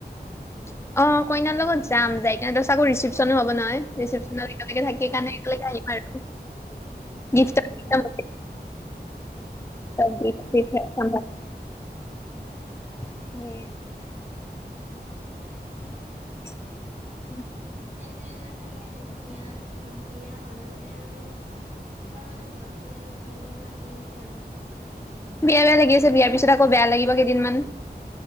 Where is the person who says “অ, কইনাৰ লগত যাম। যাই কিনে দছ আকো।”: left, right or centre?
Left